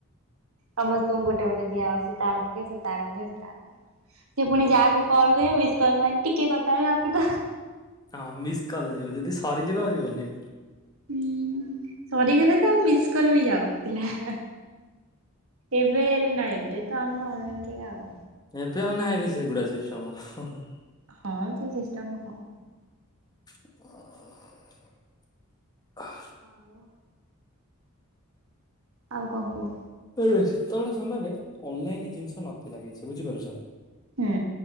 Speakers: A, on the right; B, on the left.
A: ସମସ୍ତଙ୍କୁ ଗୋଟେ ଗୋଟେ ଦିଆହେବ, ସିଏ ତାର ପକେଇବା ସିଏ ତାର ପକେଇବ ସିଏ ତାର ପକେଇବ। ସେ ପୁଣି ଯାହାକୁ କଲ୍ କରିବ ମିସ୍ କଲ୍ ମାରିବ ଟିକେ କଥା ହେଇ ରଖିଦବ।
B: ହଁ ମିସ୍ କଲ୍ ଯିବ ଯଦି ସରିଯିବ ଆଉ ଯିବନି।
A: ହୁଁ ସରିଗଲେ ତ ଆଉ ମିସ୍କଲ୍ ବି ଯାଉନଥିଲା। ଏବେ ନାଇଟ ଡେ ତ ଆମର ଅନଲିମିଟେଡ ଆଉ
B: ଏବେ ଆଉ ନାହିଁରେ ସେଗୁଡା ସେ ସିଷ୍ଟମ ସବୁ
A: ହଁ ସେ ସିଷ୍ଟମ କଣ?
B: ଓହ ହାଃ।
A: ଆଉ ଆଉ କଣ କୁହ?
B: <unintelligible> ସେତେବେଳେ ସମୟରେ ଅନଲାଇନ ଜିନିଷ ନଥିଲା କିଛି ବୁଝିପାରୁଛ।
A: ହୁଁ